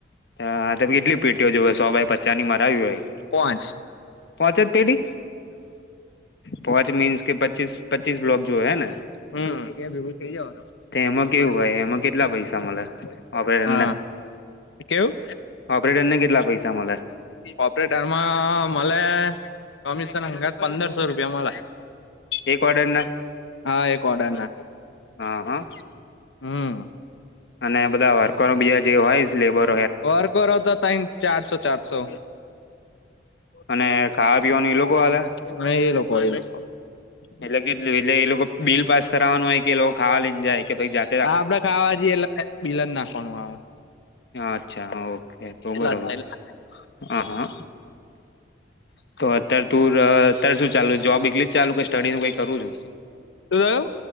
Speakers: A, on the left (about 60°); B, on the left (about 80°).
A: હા તમે કેટલી પેટીઓ જોયે સો ભાઈ પચા ની મરાવી હોય.
B: પાંચ.
A: પાચ જ પેરી? પોચ મીન્સ કે પચીસ પચીસ બ્લોક જોએ હે ને
B: હ ક્યા ભેગું થઇ જવાનું
A: એમાં
B: એકી
A: કેવું
B: અંદ
A: હોય એમાં કેટલા પૈસા મળે ઓપરેટરને
B: <unintelligible> હા કેવું?
A: ઓપરેટરને કેટલા પૈસા મળે
B: ઓપરેટર માં મ અલે કમીશન હંગાત પંદરસો રૂપિયા મલે
A: એક ઓર્ડર ના
B: હા એક ઓર્ડર ના
A: હા હા.
B: હમ
A: અને બધા વર્કરો બીજા જે હોય લેબર
B: વર્ક કરો તો ત્રણ ચારસો ચારસો
A: અને ખાવા પીવાનું ઈ લોકો આલે.
B: કઈ લોકો એ લોકો
A: એટલે કેટલું એટલે એ લોકો બિલ પાસ કરાવાનું હોય કે એ લોકો ખાવા લઈ જાય કે પછી જા
B: હા આપડે ખાવા જએટ બિલન નાખવાનું આવે.
A: અચ્છા ઓકે તો
B: કેટલા
A: બરોબર
B: થાય
A: હા હા. તો અત્યારે તું અત્યારે શું ચાલુ જોબ એકલી જ ચાલુ કે સ્ટડી નુ કઈ કરું છું.
B: હમમ.